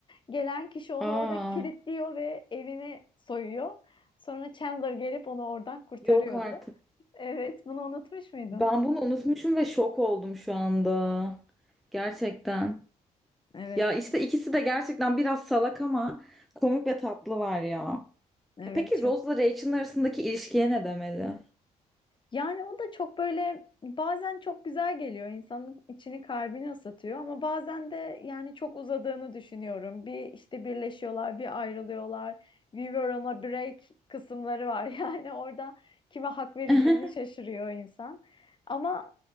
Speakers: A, on the left; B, in the centre.
A: Gelen kişi onu
B: Aa
A: orada kilitliyor ve evini soyuyor. Sonra Chandler gelip onu oradan kurtarıyordu.
B: yok artık.
A: Evet, bunu unutmuş muydun?
B: Ben bunu unutmuşum ve şok oldum şu anda. Gerçekten.
A: Evet,
B: Ya işte ikisi de gerçekten biraz salak ama komik ve tatlılar ya.
A: evet
B: E Peki
A: çok
B: Rose'la Rachel'ın arasındaki ilişkiye ne demeli?
A: Yani o da çok böyle bazen çok güzel geliyor insanın içini kalbini ısıtıyor ama bazen de yani çok uzadığını düşünüyorum. Bir işte birleşiyorlar bir ayrılıyorlar. We were on a break kısımları var <laughs> yani orada kime hak vereceğini
B: <laughs>
A: şaşırıyor insan. Ama